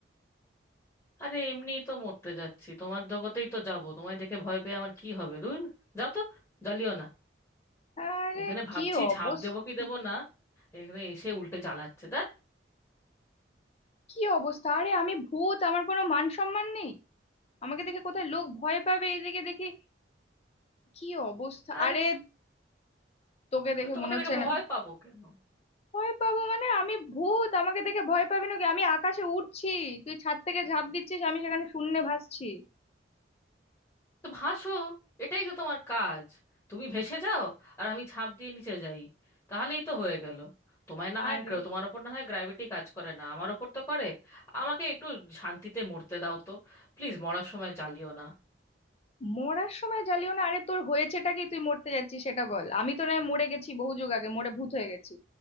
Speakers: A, on the left; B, on the left.
A: আরে এমনিই তো মরতে যাচ্ছি তোমার জগতেই তো যাব তোমায় দেখে ভয় পেয়ে আমার কি হবে দূর যাও তো জ্বালিও না
B: আরে
A: এখানে ভাবছি
B: কি অবস্থা
A: ঝাঁপ দেবো কি দেবো না এখানে এসে উল্টে জ্বালাচ্ছে দেখ
B: কি অবস্থা আরে আমি ভূত আমার কোনো মান সম্মান নেই আমাকে দেখে কোথায় লোক ভয় পাবে এইদিকে দেখি কি অবস্থা
A: আরে
B: আরে তোকে দেখে
A: তো তোমাকে
B: মনে হচ্ছে
A: দেখে ভয়
B: না
A: পাবো কেন
B: ভয় পাবো মানে আমি ভূত আমাকে দেখে ভয় পাবি না কি আমি আকাশে উড়ছি তুই ছাদ থেকে ঝাঁপ দিচ্ছিস আমি সেখানে শূন্যে ভাসছি
A: তো ভাসো এটাই তো তোমার কাজ তুমি ভেসে যাও আর আমি ঝাঁপ দিয়ে নিচে যাই তাহলেই তো হয়ে গেল তোমায় না হয়
B: আরে
A: gra- তোমার ওপর না হয় গ্র্যাভিটি কাজ করে না আমার ওপর তো করে আমাকে একটু শান্তিতে মরতে দাও তো প্লিজ মরার সময় জ্বালিও না
B: মরার সময় জ্বালিও না আরে তোর হয়েছেটা কি তুই মরতে যাচ্ছিস সেটা বল আমি তো নয় মরে গেছি বহু যুগ আগে মরে ভূত হয়ে গেছি